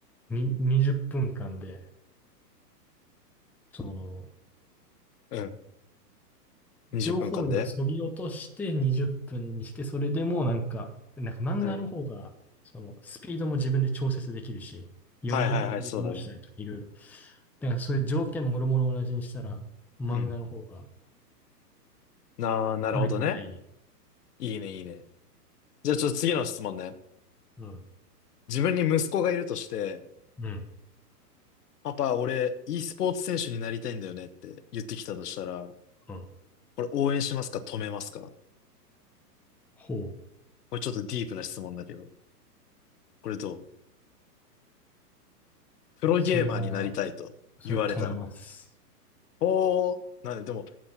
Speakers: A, in the centre; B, on the left.
A: に、20分間で、その、
B: うん。20分間で
A: 情報量そぎ落として20分にして、それでもなんか、なんか漫画の方が、
B: うん。
A: その、スピードも自分で調節できるし、読み、
B: はいはいはい、
A: 読み直したりとかいろいろ。
B: そうだね。
A: だからそういう条件もろもろ同じにしたら、漫画の方が
B: うん。ああ、なるほどね。
A: 悪くないね。
B: いいねいいね。じゃあちょっと次の質問ね。
A: うん。
B: 自分に息子がいるとして、
A: うん。
B: パパ、俺、e スポーツ選手になりたいんだよねって言ってきたとしたら、
A: うん。
B: これ応援しますか止めますか
A: ほ
B: これちょっとディープな質問だけど、これどうプロゲーマーになりたいと言われたら。
A: う。それは、それは止めます。
B: おー、なんで、でも、